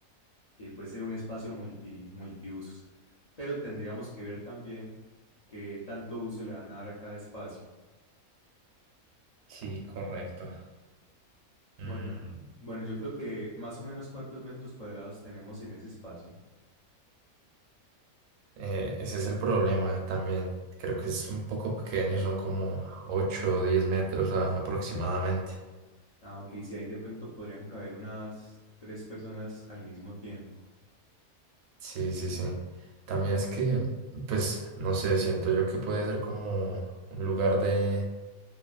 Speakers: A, on the left (about 55°); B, on the right (about 90°).
A: que puede ser un espacio multi, multiusos, pero tendríamos que ver también qué tanto uso le van a dar a cada espacio.
B: Sí, correcto.
A: Bueno,
B: Mm,
A: bueno, yo creo que más o menos cuántos metros cuadrados tenemos en ese espacio.
B: eh, ese es el problema también. Creo que es un poco pequeño, son como 8 o 10 metros a- aproximadamente.
A: Ah, ok, si ahí de pronto podrían caber unas tres personas al mismo tiempo.
B: Sí, sí, sí. También es que, pues, no sé, siento yo que puede ser como un lugar de,